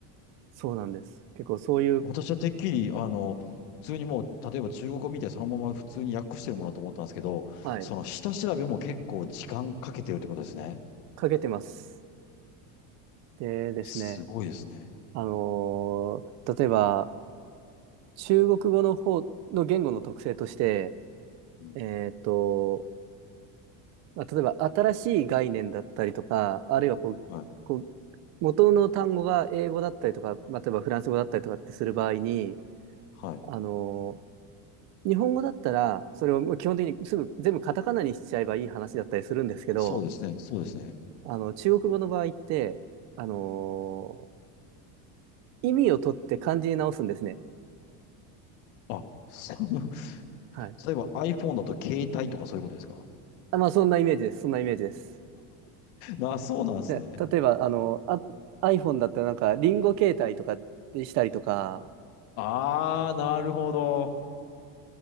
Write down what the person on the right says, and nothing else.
そうなんです。結構そういう、
はい、
かけてます。でですね、
あのー例えば、中国語の方の言語の特性として、
えっと、まあ、例えば新しい概念だったりとか、あるいはこう、
こう元の単語が英語だったりとか、まあ、例えばフランス語だったりとかってする場合に、
あの日本語だったら、それをもう基本的にすぐ全部カタカナにしちゃえばいい話だったりするんですけど、
あの、中国語の場合って、あの意味を取って漢字に直すんですね。
はい。
あ、まあ、そんなイメージです。そんなイメージです。
で、例えば、あの、あ、iPhone だったらなんか、リンゴ携帯とかでしたりとか、